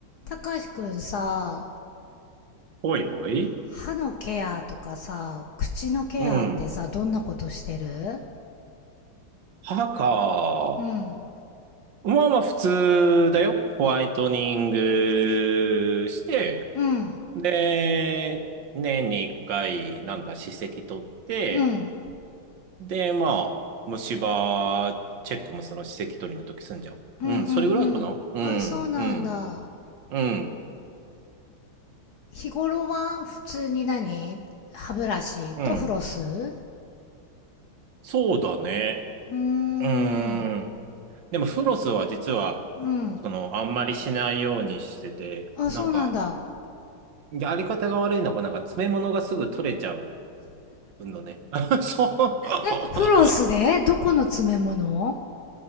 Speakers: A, on the left; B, on the right.
A: たかしくんさ、
B: おいおい。
A: 歯のケアとかさ、口のケアってさ、
B: うん。
A: どんなことしてる
B: 歯か。
A: うん。
B: まあまあ普通だよ。ホワイトニングして、
A: うん。
B: で、年に一回、なんだ、歯石取って、
A: うん。
B: で、まあ、虫歯チェックもその歯石取りの時すんじゃん。
A: うんうんうん。
B: うん、それぐらいかな。うん、
A: あ、そうなんだ。
B: うん、うん、
A: 日頃は普通に何歯ブラシとフロス
B: うん。そうだね。
A: うーん。
B: うーん。でもフロスは実は、
A: うん。
B: その、あんまりしないようにしてて、
A: あ、
B: なんか、
A: そうなんだ。
B: やり方が悪いのが、なんか詰め物がすぐ取れちゃうのね。<laughs> そう。
A: え、フロスでどこの詰め物